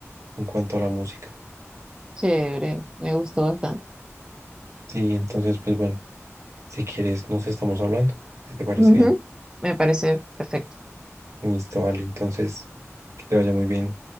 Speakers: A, on the right; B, on the right.
A: en cuanto a la música.
B: Chévere, me gustó bastante.
A: Sí, entonces, pues bueno, si quieres, nos estamos hablando, si te parece
B: Ujú,
A: bien.
B: Me parece perfecto.
A: Listo, vale, entonces, que te vaya muy bien.